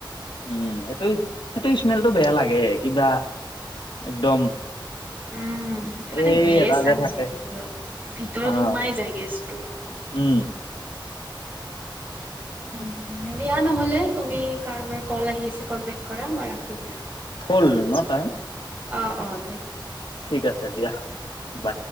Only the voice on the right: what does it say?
উম, সেইটো মানে
গেছ
আহে
ভিতৰত- ভিতৰত
সোমাই যায় গেছটো।
<inaudible> দিয়া নহলে তুমি কাৰোবাৰ কল আহি আছে কলবেক কৰা। মই ৰাখো দিয়া।
অ, অ, দে।